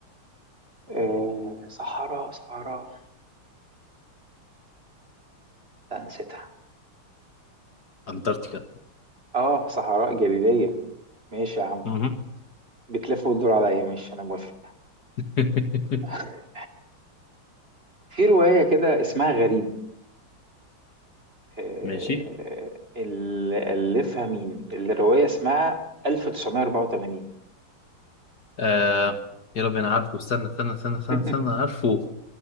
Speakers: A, on the right; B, on the left.
A: آه صحراء صحراء لا نسيتها
B: انتاركتيكا
A: اه صحراء جليدية ماشي يا عم
B: مهم.
A: بتلف وتدور عليا ماشي أنا موافق
B: <laughs>
A: <laughs> في رواية كده اسمها غريب آه
B: ماشي
A: اللي ألفها مين؟ الرواية اسمها 1984
B: آه، يا رب انا عارفه استنى استنى استنى
A: <laughs>
B: استنى, استنى عارفه